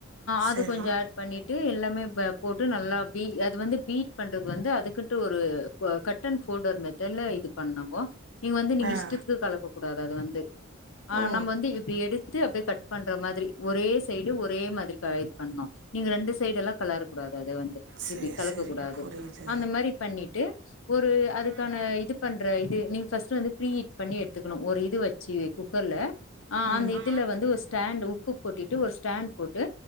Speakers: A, on the left (about 70°); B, on the right (about 55°).
A: அது
B: சரி
A: கொஞ்ச அட் பண்ணிட்டு எல்லாமே போட்டு நல்லா பீ அது வந்து பீட் பண்றது வந்து அதுக்குன்னு ஒரு ரிட்டன் போல்டர் மெத்தட்ல இது பண்ணாவோ நீங்க வந்து நீங்க
B: ஆ
A: இஷ்டத்துக்கு கலக்க கூடாது அது வந்து ஆ
B: ஓ
A: நம்ம வந்து இப்டி எடுத்து அப்டியே கட் பண்ற மாதிரி ஒரே சைடு ஒரே மாதிரி கலர் பண்ணு நீங்க ரெண்டு சைடு எல்லா கலர்க கூடாது அத வந்து
B: சேரி
A: இப்டி கலக்க
B: சேரி
A: கூடாது
B: புரியுது
A: அந்த மாதிரி பண்ணிட்டு ஒரு அது அதுக்கான
B: அஹ்
A: இது பண்ற இது நீங்க ஃபர்ஸ்ட்ட் வந்து ப்ரீ ஹீட் பண்ணி எடுத்துக்கணு ஒரு இது வச்சு குக்கர்ல ஆ
B: ம்
A: அந்த
B: ஆஹ்
A: இதுல வந்து ஒரு ஸ்டாண்ட் உப்பு போட்டிட்டு ஒரு ஸ்டாண்ட் போட்டு